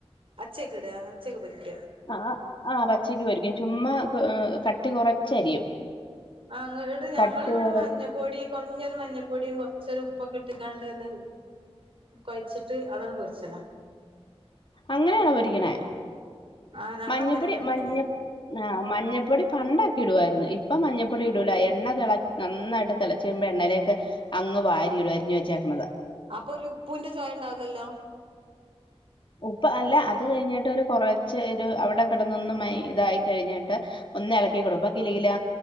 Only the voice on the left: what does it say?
ആഹ് ആഹ് പച്ചക്ക് പൊരിക്കും ചുമ്മാ കട്ടി കുറച്ചരിയും
കട്ടി
കുറ
അങ്ങനെയണ പൊരിക്കുന്ന
മഞ്ഞപ്പൊടി
മഞ്ഞ ആഹ് മഞ്ഞപ്പൊടി പണ്ടൊക്കെ ഇടുവായിരുന്നു ഇപ്പ മഞ്ഞപ്പൊടി ഇടൂല എണ്ണ തിള നന്നായിട്ട് തിളച്ച വരുമ്പോ എണ്ണയിലേക്കെ അങ് വാരിടും അരിഞ് വെച്ചേക്കണുന്നത്
ഉപ്പ് അല്ല അത് കഴിഞ്ഞിട്ട് ഒരു കുറച്ച് ഒരു അവിടെ കിടന്നൊന്നും മ ഇതായി കഴിഞ്ഞിട്ട് ഒന്ന് ഇളക്കിക്കൊടും പക്കല്ലില്ല